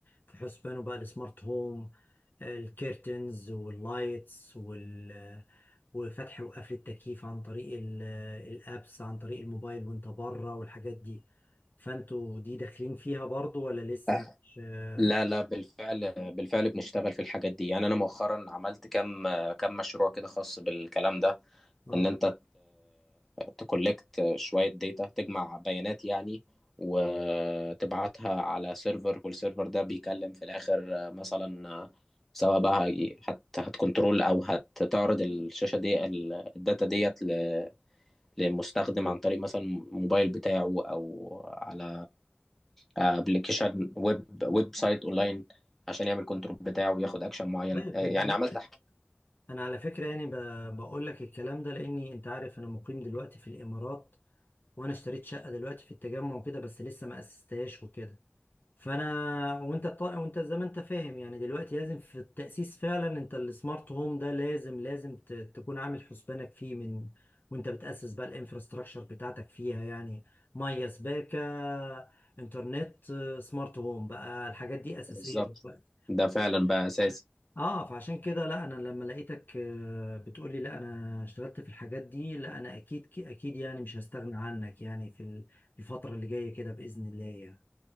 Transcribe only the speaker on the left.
في حسبانه بقى السمارت هوم آه، الكيرتنز واللايتس وال وفتح وقفل التكييف عن طريق ال- الابس عن طريق الموبايل وانت بره والحاجات دي فانتوا دي داخلين فيها برضو ولا لسه
مش اه
آه.
طيب
ده
جميل
انا على فكره يعني ب- بقول لك الكلام ده لاني انت عارف انا مقيم دلوقتي في الامارات وانا اشتريت شقه دلوقتي في التجمع وكده بس لسه ما اسستهاش وكده فانا وانت طا... وانت زي ما انت فاهم يعني دلوقتي لازم في التاسيس فعلا انت السمارت هوم ده لازم لازم ت... تكون عامل حسبانك فيه من وانت بتاسس بقى الانفراستراكشر بتاعتك فيها يعني ميه سباكه انترنت آه، سمارت هوم بقى الحاجات دي اساسيه
دلوقتي
اه فعشان كده لا انا لما لقيتك آه، بتقولي لا انا اشتغلت في الحاجات دي لا انا اكيد اكيد يعني مش هستغنى عنك يعني في ال- الفترة اللي جاية كده بإذن الله يعني